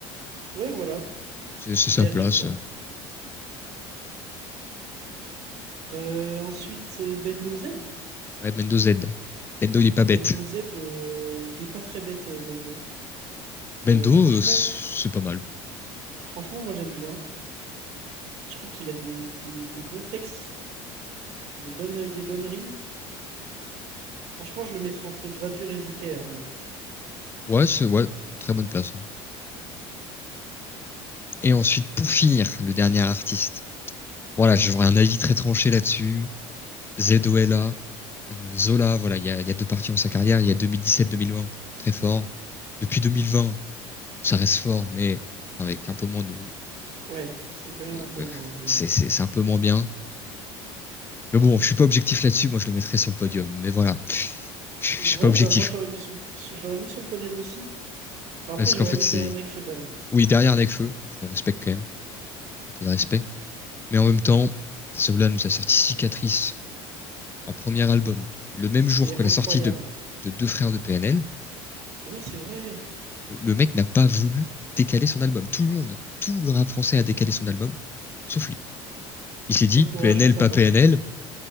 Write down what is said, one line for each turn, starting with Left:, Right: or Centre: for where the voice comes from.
Right: Ouais, voilà.
Left: C'est c'est sa
Right: TRMK.
Left: place.
Right: Euh, ensuite, euh, Bendo Z.
Left: Ouais, Bendo Z. Bendo, il est pas bête.
Right: Bendo Z, euh, il est pas très bête, euh, Bendo.
Left: Bendo,
Right: Euh,
Left: euh,
Right: franchement,
Left: c'est pas mal.
Right: franchement, moi, j'aime bien je trouve qu'il a des, des, des bons textes, Des bonnes, des bonnes rimes. Franchement, je le mettrais entre Gradure et ZKR, moi.
Left: Ouais, c'est, ouais, très bonne place. hein. Et ensuite, pour finir, le dernier artiste. Voilà, j'aurais un avis très tranché là-dessus. ZOLA, euh, Zola, voilà, il y a, il y a deux parties dans sa carrière. Il y a 2017-2020, très fort. Depuis 2020, ça reste fort, mais avec un peu moins de,
Right: Ouais, c'est quand même
Left: de-
Right: un peu
Left: de-
Right: moins, mais.
Left: c'est, c'est, c'est un peu moins bien. Mais bon, je suis pas objectif là-dessus. Moi, je le mettrais sur le podium. Mais voilà, je
Right: Ouais,
Left: je suis pas objectif.
Right: bah moi, je l'aurais mis sur le, je l'aurais mis sur le podium aussi. Bon, après,
Left: Parce
Right: j'aurais
Left: qu'en fait,
Right: mis
Left: c'est,
Right: derrière Nekfeu quand même,
Left: oui, derrière Nekfeu, on respecte quand même, un peu de respect. Mais en même temps, Zola nous a sorti Cicatrice en premier album, le même jour
Right: qui est
Left: que
Right: incroyable.
Left: la sortie de, de Deux Frères de PNL.
Right: Oui, c'est vrai.
Left: Le, le mec n'a pas voulu décaler son album. Tout le monde, tout le rap français a décalé son album, sauf lui. Il s'est dit,
Right: Très courageux
Left: PNL,
Right: de sa
Left: pas
Right: part.
Left: PNL,